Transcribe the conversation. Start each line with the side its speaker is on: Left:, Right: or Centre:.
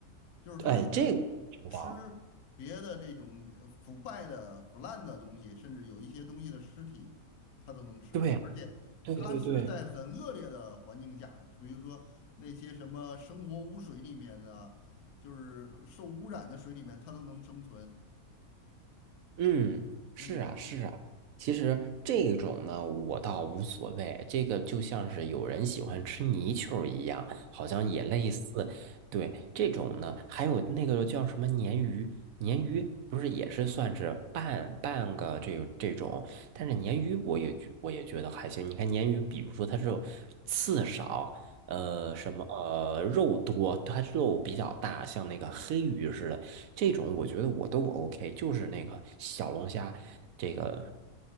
Left: 就是他是吃别的这种呃腐败的、
Right: 哎，这个我知道，
Left: 腐烂的东西，甚至有一些东西的尸体，他都能吃，
Right: 对
Left: 而且他是在很恶劣的环境下，
Right: 对对对。
Left: 就比如说那些什么生活污水里面的，就是受污染的水里面，它都能生存。
Right: 嗯，是啊，
Left: 嗯
Right: 是啊。其实这种呢，我倒无所谓。这个就像是有人喜欢吃泥鳅儿一样，好像也类似。
Left: 嗯
Right: 对，这种呢，还有那个叫什么鲶鱼，鲶鱼不是也是算是半半个这这种，但是鲶鱼我也觉我也觉得还行。你看鲶鱼，比如说它这种刺少，呃，
Left: 嗯，
Right: 什么呃，肉多，它肉比较大，像那个黑鱼似的，这种我觉得我都不 OK，就是那个小龙虾，这个